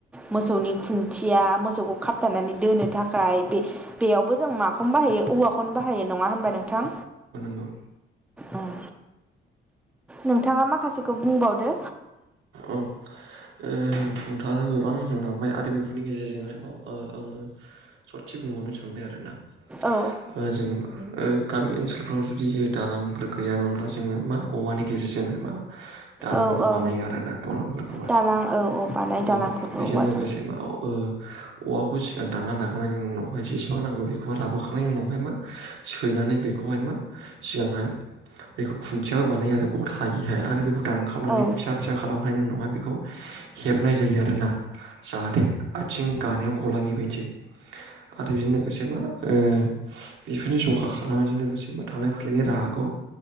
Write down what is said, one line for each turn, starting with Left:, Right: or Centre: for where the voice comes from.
Centre: मोसौनि खुन्थिया, मोसौखौ खाबथानानै दोनो थाखाय बे बेयावबो जों माखौनो बाहायो औवाखौनो बाहायो नङा होनबा नों थां
Right: नोंथां
Centre: उम नोंथाङा माखासेखौ बुंबावदो
Right: औ औ नोंथांआ गोबां होमखांबाय आरो बेफोरनि गेजेरजोंहाय बाव ओ आङो सदसे बुंहावनो सानबाय आरो ना
Centre: औ
Right: ओ जोङो मा ओ गामि ओनसोलफ्राव जुदि दालांफोर गैयामोनब्ला जोङो मा औवानि गेजेरजों हाय मा दालांखौ
Centre: औ औ
Right: बानायो आरो ना दलांफोरखौहाय
Centre: दालां औ औ बानाय
Right: औ
Centre: दालांखौबो
Right: बेजों
Centre: औवाजों
Right: लोगोसे माव ओ औवाखौ सिगां दानना लाग्रोनायनि उनावहाय जेसेबां नांगौ बेखौहाय लाबोखांनायनि उनावहाय मा सैनानै बेखौहाय मा सिगांहाय बेखौ खुन्थिया बानायो आरो ग'थायिहाय आरो बेखौ दानखावनानै
Centre: औ
Right: फिसा फिसा खालामखांनायनि उनावहाय बेखौ हेबनाय जायो आरोना जाहाथे आथिं गानायाव गलाङि बायदि आरो बिजों लोगोसे मा ओ <unintelligible> बेफोरनि जखा खालामनायजों लोगोसे मा थांलाय फैलायनि राहाखौ